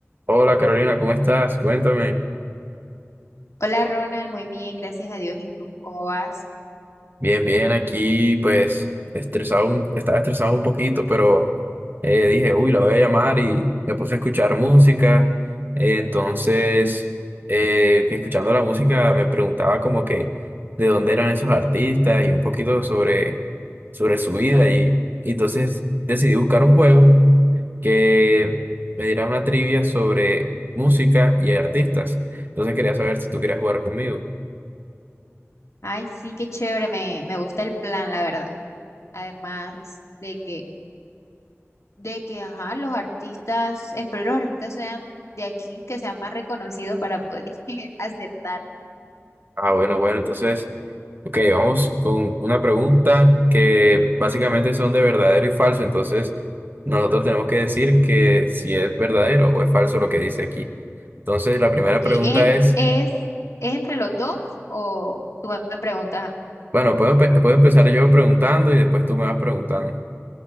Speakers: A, on the right (about 45°); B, on the left (about 80°).
A: Hola Carolina, ¿cómo estás? Cuéntame.
B: Hola Ronald, muy bien, gracias a Dios. ¿Y tú cómo vas?
A: Bien, bien, aquí pues estresado, un- estaba estresado un poquito, pero eh, dije, uy, la voy a llamar y me puse a escuchar música. Eh, entonces, eh, que escuchando la música me preguntaba como que de dónde eran esos artistas y un poquito sobre, sobre su vida. Y, y entonces decidí buscar un juego que me diera una trivia sobre música y artistas. Entonces quería saber si tú querías jugar conmigo.
B: Ay, sí, qué chévere, me, me gusta el plan, la verdad. Además de que, de que, ajá, los artistas, espero los artistas sean de aquí, que sean más reconocidos para poder <laughs> acertar.
A: Ah, bueno, bueno, entonces, ok, vamos con una pregunta que básicamente son de verdadero y falso, entonces nosotros tenemos que decir que si es verdadero o es falso lo que dice aquí. Entonces, la primera
B: Ok,
A: pregunta
B: ¿en-
A: es,
B: ¿es, es entre los dos o tú me preguntas a mí?
A: bueno, puedo, pe- puedo empezar yo preguntando y después tú me vas preguntando.